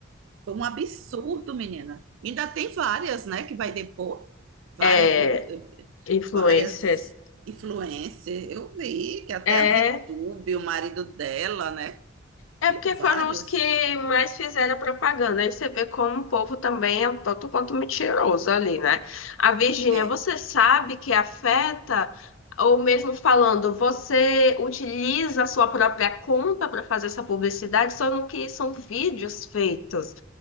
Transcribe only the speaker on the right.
Foi um absurdo, menina. Ainda tem várias, né, que vai depor. Várias,
eh, eh,
várias influencers. Eu vi que até
a ViTube, o marido dela, né?
E
vários.
É,